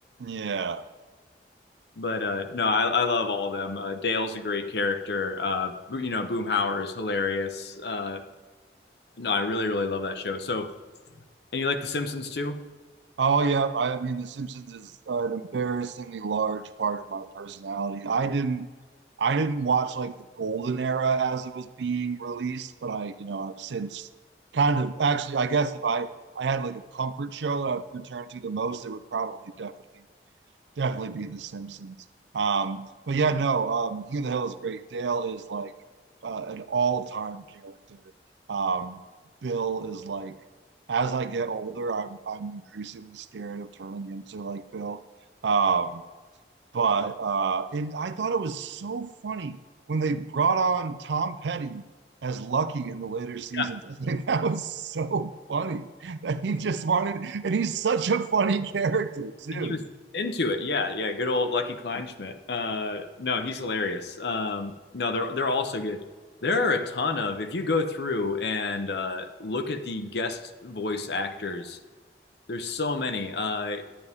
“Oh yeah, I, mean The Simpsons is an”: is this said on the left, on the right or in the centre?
Right